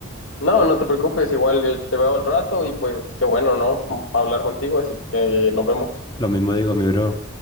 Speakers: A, on the left; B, on the left.
A: No, no te preocupes, igual eh, te veo al rato y pues qué bueno, ¿no? Hablar contigo, así que eh, nos vemos.
B: Lo mismo digo, mi bro.